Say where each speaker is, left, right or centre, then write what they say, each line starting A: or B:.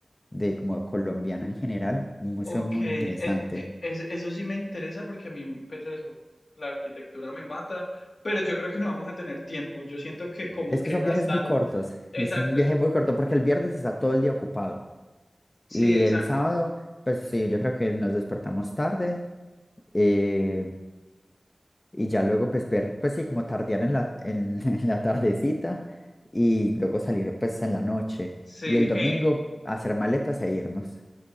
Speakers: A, on the left; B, on the left.
A: de como colombiana en general, un museo
B: Ok,
A: muy
B: e-
A: interesante.
B: e- es- eso sí me interesa porque a mí, pues eso, la arquitectura me mata, pero yo creo que no vamos a tener tiempo. Yo siento que como
A: Es
B: que
A: que son
B: gastar,
A: viajes muy cortos,
B: exacto,
A: es un viaje
B: es un,
A: muy corto porque el viernes está todo el día ocupado
B: sí,
A: y
B: exacto,
A: el sábado, pues sí, yo creo que nos despertamos tarde. eh, y ya luego pues ver, pues sí, como tardear en la, en, <laughs> en la tardecita y luego salir pues en la noche
B: sí,
A: y el domingo
B: eh,
A: hacer maletas e irnos.